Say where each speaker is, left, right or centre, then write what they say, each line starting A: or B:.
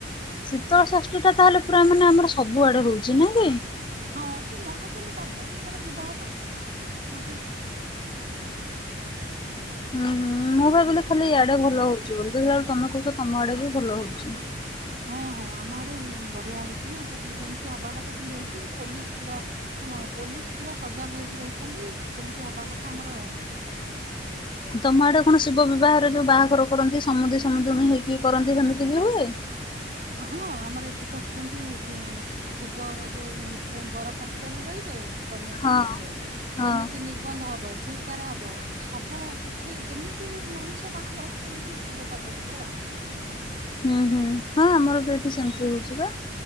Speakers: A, on the left; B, on the right.
A: ଶୀତଳ ଷଷ୍ଠୀ ଟା ତାହେଲେ ପୁରା ମାନେ ଆମର ସବୁ ଆଡେ ହଉଛି ନା କି?
B: ହଁ ସେ ମହାଦେବ ପାର୍ବତୀଙ୍କର ବିବାହ ବା ହଁ ବା।
A: ହୁଁ ହୁଁ ମୁଁ ଭାବିଲି ଖାଲି ଇଆଡେ ଭଲ ହଉଛି ବୋଲି ଦେଖିଲାବେଳେକୁ ତମେ କହୁଛ ତମ ଆଡେ ବି ଭଲ ହଉଛି।
B: ହଁ ହଁ ଆମ ଆଡେ ବଢିଆ ହଉଛି ନା ସବୁ ଯେମିତି ହବା କଥା ସେମିତି ହଉଛି ପୋଲିସ ପୁରା ହ ପୋଲିସ ପୁରା ସଜାଗ ହେଇକି ରହିଛନ୍ତି ଯେମିତି ହବା କଥା ଆମର ହେଉଛି।
A: ତମ ଆଡେ କଣ ଶିବ ବିବାହରେ ଯୋଉ ବାହାଘର କରନ୍ତି ସମୁଦୀ ସମୁଦୁଣୀ ହେଇକି କରନ୍ତି ସେମିତି ବି ହୁଏ।
B: ହଁ ଆମର ଏଠି କରୁଛନ୍ତି ସିଏ ଶିବ ଯୋଉ ବର ପକ୍ଷରୁ ରହିବେ କନ୍ୟା ପକ୍ଷରୁ
A: ହଁ।
B: ରହିବେ
A: ହଁ
B: ଯେମିତି ନିର ବନ୍ଧ ହବ ସ୍ବୀକାର ହବ ସବୁ କିଛି ଯେମିତି ମଣିଷ ବାହାଘର ସେମିତି ଶିବ ପାର୍ବତି ଙ୍କ ବାହାଘର।
A: ହୁଁ ହୁଁ ହଁ ଆମର ପ ଏଠି ସେମିତି ହଉଛି ବା।